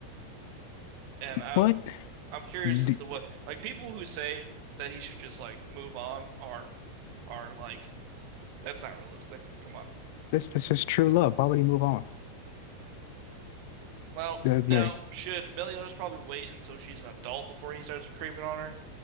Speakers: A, on the right (about 45°); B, on the left (about 50°).
A: And I
B: what?
A: I'm curious
B: D-
A: as to what like people who say that he should just like move on are are like that's not realistic. Come on.
B: This this is true love. How would he move on?
A: Well,
B: The- the-
A: now should Meliodas probably wait until she's an adult before he starts creeping on her?